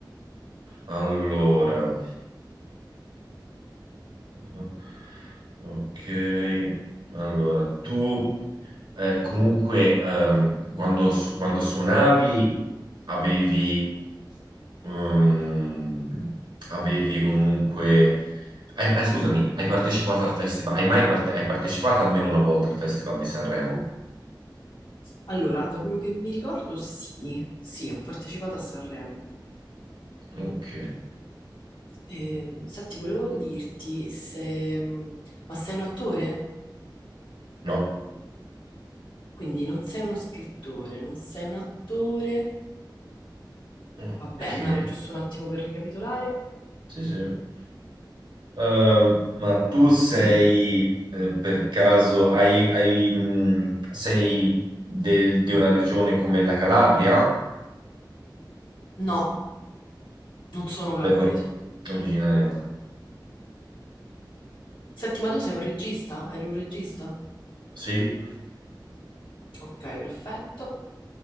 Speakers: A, on the right (about 80°); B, on the left (about 80°).
A: allora. Ah, Ok, allora tu eh, comunque ehm, quando, su- quando suonavi avevi, ehm, avevi comunque... hai- ah, scusami, hai partecipato al festival? Hai mai parte- hai partecipato almeno una volta al Festival di Sanremo?
B: Allora, da quello che mi ricordo, sì, sì, ho partecipato a Sanremo.
A: Ok,
B: Ehm, senti, volevo dirti se... Ma sei un attore?
A: no.
B: Quindi non sei uno scrittore, non sei un attore,
A: Ok,
B: Va bene, no, era giusto un attimo per ricapitolare.
A: sì, sì. Ehm, ma tu sei
B: <clears throat>
A: eh, per caso hai, hai, mh, sei de- di una regione come la Calabria?
B: No, non sono calabrese.
A: Per- originaria?
B: Senti, ma tu sei un regista? Eri un regista?
A: Sì.
B: Ok, perfetto.